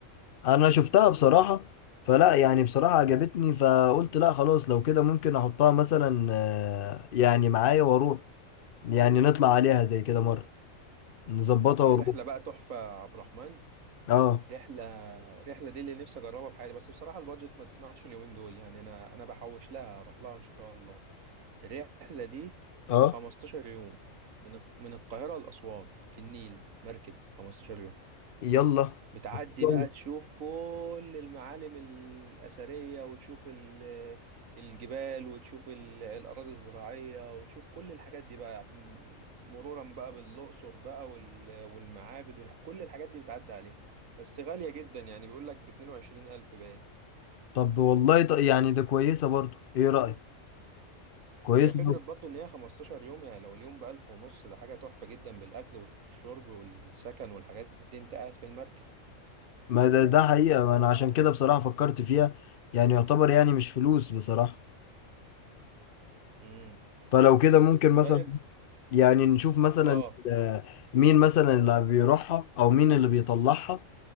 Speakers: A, on the left (about 50°); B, on the right (about 85°).
A: انا شفتها بصراحة فلا يعني بصراحة عجبتني فقلت لا خلاص لو كده ممكن احطها مثلا آه، يعني معايا واروح يعني نطلع عليها زي كده مرة نظبطها
B: في
A: ونروح
B: رحلة بقى تحفة يا عبد الرحمن
A: اه
B: رحلة رحلة دي اللي نفسي أجربها في حياتي بس بصراحة البادجت ما تسمحش اليومين دول يعني أنا أنا بحوش لها أروح لها إن شاء الله الرحلة دي
A: اه
B: 15 يوم من من القاهرة لأسوان في النيل مركب 15 يوم
A: يلا
B: بتعدي
A: يلا.
B: بقى تشوف كل المعالم الأثرية وتشوف ال- الجبال وتشوف ال- الأراضي الزراعية وتشوف كل الحاجات دي بقى م- مرورا بقى بالأقصر بقى وال- والمعابد والح... كل الحاجات دي بتعدي عليها بس غالية جدا يعني بيقول لك ب 22000 باين
A: طب والله ط- يعني ده كويسة برضو ايه رأيك كويسة
B: هي فكرة
A: برضو.
B: برضو إن هي 15 يوم يعني لو اليوم بألف ونص ده حاجة تحفة جدا بالأكل والشرب والسكن والحاجات دي أنت قاعد في المركب
A: ما ده ده حقيقة ما انا عشان كده بصراحة فكرت فيها يعني يعتبر يعني مش فلوس بصراحة
B: مم.
A: فلو كده ممكن مثلا
B: طيب
A: يعني نشوف مثلا
B: اه
A: آه، مين مثلا اللي بيروحها او مين اللي بيطلعها